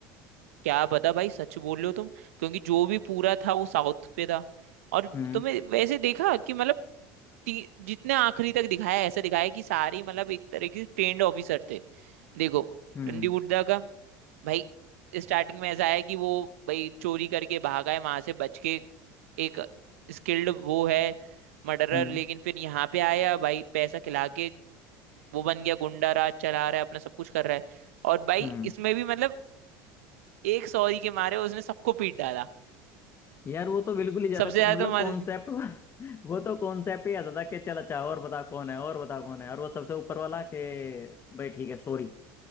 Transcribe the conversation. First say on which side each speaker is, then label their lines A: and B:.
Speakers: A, on the right; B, on the left.
A: क्या पता भाई सच बोल रहे हो तुम क्योंकि जो भी पूरा था वो साउथ पे था और
B: हम्म
A: तुमने वैसे देखा कि मतलब ती- जितने आखिरी तक दिखाया ऐसा दिखाया कि सारी मतलब एक तरह के ट्रेंड ऑफिसर थे देखो
B: हम्म
A: रणदीप हुड्डा का भाई स्टार्टिंग में ऐसा है कि वो भाई चोरी करके भागा है वहां से बच के एक स्किल्ड वो है मर्डरर
B: हम्म
A: लेकिन फिर यहाँ पे आया भाई पैसा खिला के वो बन गया गुंडा राज चला रहा है अपना सब कुछ कर रहा है और भाई
B: हम्म
A: इसमें भी मतलब एक सॉरी के मारे उसने सबको पीट डाला
B: यार वो तो बिल्कुल ही ज्यादा
A: सबसे ज्यादा
B: मतलब
A: तो मार-
B: कॉन्सेप्ट <laughs> वो तो कॉन्सेप्ट ही आता था कि चल अच्छा और बता कौन है और बता कौन है और वो सबसे ऊपर वाला के भाई ठीक है सॉरी